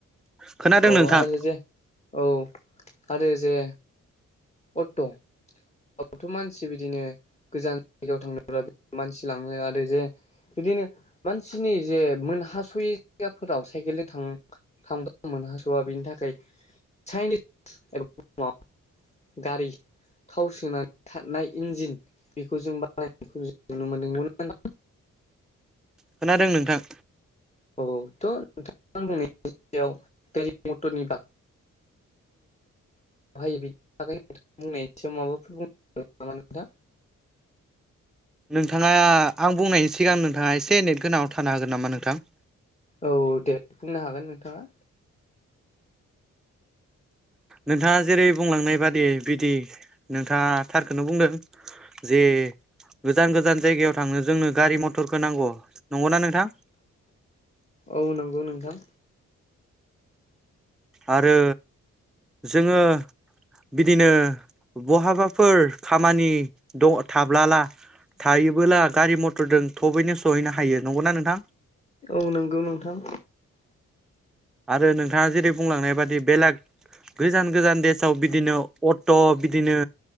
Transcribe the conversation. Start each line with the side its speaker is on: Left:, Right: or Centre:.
Centre: खोनादों
Left: औ
Centre: नोंथां
Left: आरो जे- औ आरो जे अट' बथ' मानसि बिदिनो गोजान जायगायाव थांनो मानसि लाङो आरो जे बिदिनो मानसिनि जे मोनहास'यैफोराव साइकेलजों थां ख मोनहास' बेनि थाखाय चाइनिस एबा बुुमाव गारि थाव सोनानै खारनाय इन्जिन बेखौ जों बानायनायखौ नुनो मोनदों।
Centre: खोनादों नोंथां।
Left: औ थ' नोंथां बुंनायनिायाव गारि मथरनि ब ायो बिदिोंथ बुंनायनि सायाव माबाफोर। मोनथाम
Centre: नोंथाङा आं बुंनायनि सिगां नोंथाङा एसे नेट गोनाङाव थानो हागोन नामा नोंथां।
Left: औ दे बुंनो हागोन नोंथाङा।
Centre: नोंथाङा जेरै बुंलांनाय बादि बिदि। नोंथाङा थारखौनो बुंदों जे गोजान गोजान जायगायाव थांनो जोंनो गारि मथरखौ नांगौ नंगौना नोंथां।
Left: औ नंगौ नोंथां।
Centre: आरो जोङो बिदिनो बहाबाफोर खामानि द थाब्लाला थायोबोला गारि मथरजों थबैनो सहैनो हायो नंगौना नोंथां।
Left: औ नंगौ नोंथां।
Centre: आरो नोंथाङा जेरै बुंलांनाय बादि बेलेग गोजान गोजान देसाव बिदिनो अट' बिदिनो।